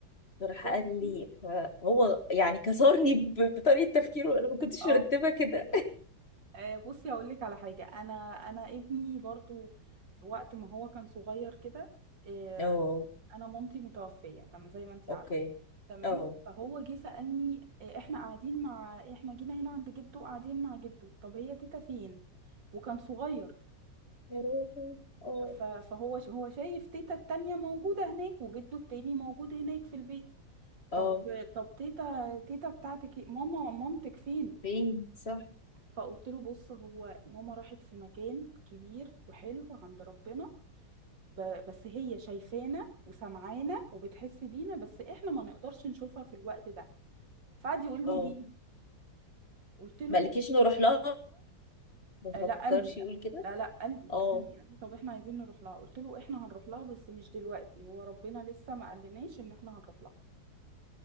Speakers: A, on the left; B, on the right.
A: فراح
B: بصي
A: قال لي فهو يعني كسرني ب- بطريقه تفكيره انا ما كنتش
B: اه
A: مرتبه كده <laughs>
B: آه، بصي هقول لك على حاجه انا انا ابني برضو في وقت ما هو كان صغير كده آه،
A: اه
B: انا مامتي متوفيه تمام زي ما انت عارفه
A: اوكي
B: تمام
A: اه
B: فهو جه سالني آه، احنا قاعدين مع احنا جينا هنا عند جده قاعدين مع جده طب هي تيتا فين وكان صغير
A: يا روحي اه
B: ف- فهو ش- هو شايف تيتا التانية موجوده هناك وجده التاني موجود هناك في البيت
A: اه
B: طب طب تيتا تيتا بتاعتك إيه؟ ماما مامتك فين
A: فين صح
B: فقلت له بص هو ماما راحت في مكان كبير وحلو عند ربنا ب- بس هي شايفانا وسمعانا وبتحس بينا بس احنا ما نقدرش نشوفها في الوقت ده فقعد يقول لي
A: اه
B: ليه قلت له
A: مالكيش نروح لها ما فكرش
B: آه، لا قال لي لا
A: يقول كده
B: لا لا قال لي
A: اه
B: قال لي قال لي طب احنا عايزين نروح لها قلت له احنا هنروح لها بس مش دلوقتي هو ربنا لسه ما قالناش ان احنا هنروح لها